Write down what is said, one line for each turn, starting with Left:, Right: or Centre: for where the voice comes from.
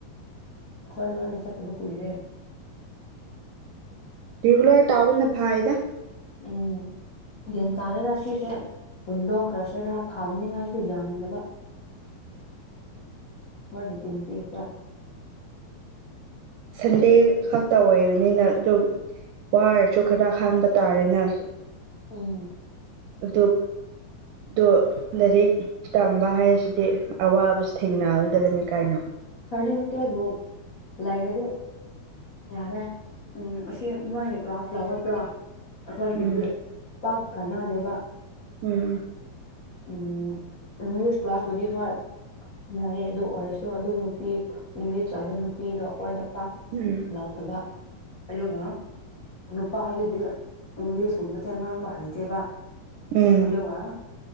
Left: ꯑꯈꯣꯏ ꯂꯣꯏꯅ ꯆꯠꯇꯕ ꯀꯨꯏꯔꯦ
Right: ꯔꯤꯒꯨꯂ꯭ꯔ ꯇꯥꯎꯕ ꯅ ꯐꯩ ꯗ
Left: ꯎꯝ ꯒ꯭ꯔꯥꯟ ꯇꯔꯒ ꯁꯤꯁꯦ ꯍꯨꯟꯗꯣꯛꯈ꯭ꯔꯁꯤꯔꯥ ꯊꯥꯝꯅꯤꯉꯥꯏꯁꯨ ꯌꯥꯝꯗꯕ ꯍꯣꯏꯒꯤ ꯇꯤꯟꯁꯤꯆꯦ
Right: ꯁꯟꯗꯦ ꯈꯛꯇ ꯑꯣꯏꯕꯅꯤꯅ ꯑꯗꯨꯝ ꯋꯥꯔꯁꯨ ꯈꯔ ꯍꯥꯡꯕ ꯇꯥꯔꯦꯅ
Left: ꯎꯝ
Right: ꯑꯗꯨ ꯗꯣ ꯂꯥꯏꯔꯤꯛ ꯇꯝꯕ ꯍꯥꯏꯁꯤꯗꯤ ꯑꯋꯥꯕꯁꯨ ꯊꯦꯡꯅꯒꯗꯕꯅꯤ ꯀꯩꯅꯣ
Left: ꯁꯔꯗꯤꯕꯤꯀꯦꯠꯕꯨꯝ ꯂꯩꯔꯗꯤ ꯌꯥꯔꯦ ꯎꯝ ꯑꯁꯤ ꯃꯣꯏꯅ ꯀ꯭ꯂꯥꯁ ꯂꯧꯔꯕ꯭ꯔꯣ ꯑꯈꯣꯏꯒꯤꯗꯤ
Right: ꯎꯝ
Left: ꯄꯥꯛ ꯀꯥꯟꯅꯗꯦꯕ
Right: ꯎꯝ
Left: ꯎꯝ ꯏꯪꯂꯤꯁ ꯀꯂꯥꯁ ꯄꯨꯗꯤ ꯍꯣꯏ ꯌꯥꯏꯑꯦ ꯑꯗꯨ ꯑꯣꯏꯔꯁꯨ ꯑꯗꯨ ꯅꯨ ꯄꯤ ꯏꯪꯂꯤꯁ ꯂꯕ ꯅꯨꯄꯤꯗꯣ ꯑꯈꯋꯥꯏꯗ ꯄꯥꯛ
Right: ꯎꯝ
Left: ꯂꯥꯎꯗꯕ ꯑꯗꯨꯒ ꯅꯨꯄꯥꯗꯨꯗꯤ ꯏꯪꯂꯤꯁꯀꯨꯝꯕꯁꯦ ꯉꯥꯡꯕ ꯍꯩꯇꯦꯕ
Right: ꯎꯝ
Left: ꯑꯗꯨꯒ